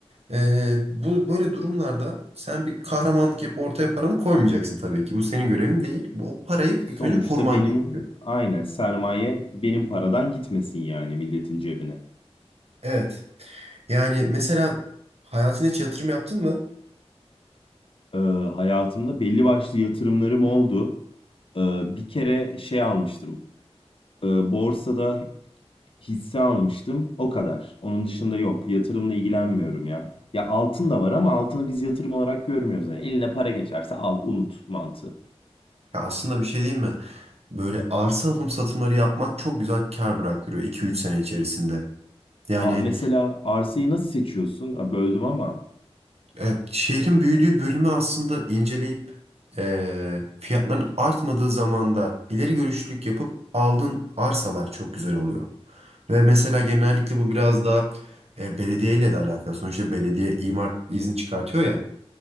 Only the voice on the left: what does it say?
Sonuçta
benim
aynen sermaye benim paradan gitmesin yani milletin cebine.
Ee, hayatımda belli başlı yatırımlarım oldu. Ee, bir kere şey almıştım. Ee, borsada hisse almıştım. O kadar. Onun dışında yok. Yatırımla ilgilenmiyorum ya. Ya altın da var ama altını biz yatırım olarak görmüyoruz. Yani eline para geçerse al, unut mantığı.
Aa, mesela arsayı nasıl seçiyorsun? Aa, böldüm ama.